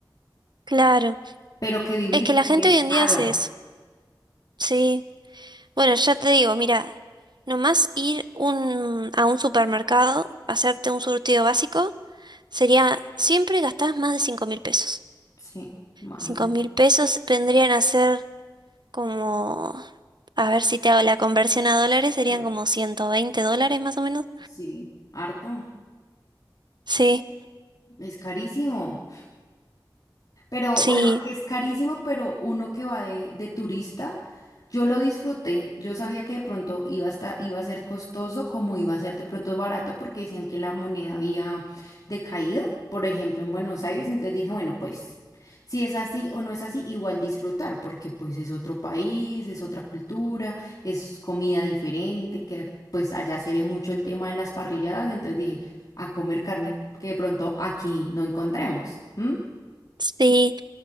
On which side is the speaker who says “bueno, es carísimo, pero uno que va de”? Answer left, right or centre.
Left